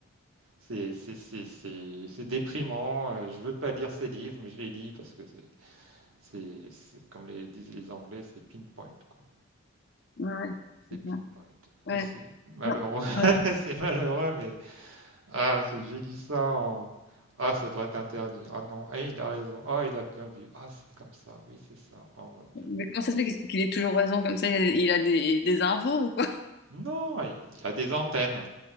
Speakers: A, on the right (about 85°); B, on the left (about 50°).
A: C'est c'est- c'est- c'est- c'est déprimant. euh, Je veux pas lire ces livres, mais je les lis parce que c'est, c'est- c'est- comme les disent les Anglais, c'est pinpoint, quoi.
B: Ouais. ouais,
A: C'est
B: c'est
A: pinpoint.
B: ça. Ouais.
A: Et c'est malheureux.
B: Non.
A: <laughs>
B: Ouais.
A: C'est malheureux, mais ah, c'est- je lis ça en... Ah, ça devrait être interdit. Ah non, eh, il a raison. Ah, il a bien vu. Ah, c'est comme ça. Oui, c'est ça. Oh mon Dieu.
B: Mais comment ça se fait qu'il qu'il ait toujours raison comme ça? Il a, il a des, des infos ou quoi?
A: Non, il a des antennes.